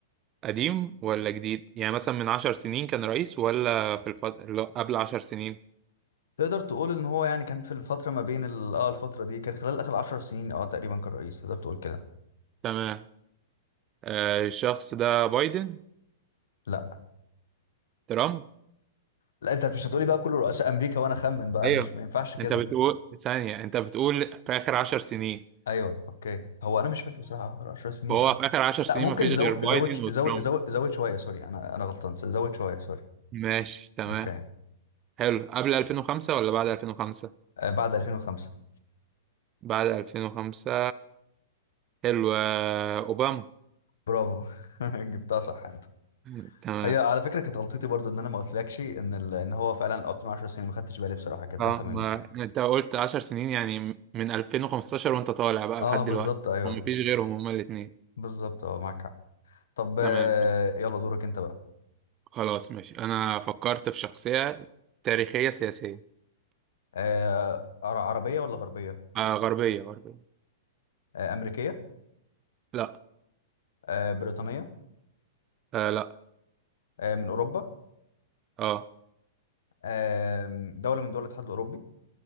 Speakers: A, on the right; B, on the left.
A: قديم ولا جديد يعني مثلا من عشر سنين كان رئيس ولا في الفت... لا، قبل عشر سنين
B: تقدر تقول ان هو يعني كان في الفتره ما بين ال- اه الفتره دي كان خلال اخر 10 سنين اه تقريبا كان رئيس تقدر تقول كده
A: تمام آه الشخص ده بايدن
B: لا
A: ترامب
B: لا انت مش هتقولي بقى كل رؤساء امريكا وانا اخمن بقى
A: ايوه
B: مش ما ينفعش كده
A: انت بتقول ثانية انت بتقول في آخر عشر سنين
B: ايوه اوكي هو انا مش فاكر بصراحه اخر 10 سنين
A: هو في آخر عشر سنين
B: لا ممكن
A: مفيش
B: زود
A: غير بايدن
B: زود ش-
A: وترامب
B: زود زود, زود شويه سوري انا انا غلطان زود شويه سوري
A: ماشي تمام
B: اوكي
A: حلو قبل 2005 ولا بعد 2005
B: آه بعد 2005
A: بعد 2005 حلو آه، أوباما
B: برافو <laughs> جبتها صح انت
A: آه، تمام
B: هي على فكره كانت غلطتي برضو ان انا ما قلتلكش ان ال... ان هو فعلا اكتر من 10 سنين ما خدتش بالي بصراحه كانت
A: اه
B: غلطه مني
A: ما انت قلت 10 سنين يعني من 2015 وانت طالع بقى
B: اه
A: لحد
B: بالظبط
A: دلوقتي
B: ايوه
A: هم مفيش غيرهم هما الاثنين
B: بالظبط اه معاك حق طب آه،
A: تمام
B: يلا دورك انت بقى
A: خلاص ماشي انا فكرت في شخصية تاريخية سياسية
B: آه، عر- عربية ولا غربية
A: آه غربية غربية
B: آه، أمريكية
A: لا
B: آه، بريطانية
A: آه لا
B: آه، من أوروبا
A: اه
B: آه، دولة من دول الاتحاد الأوروبي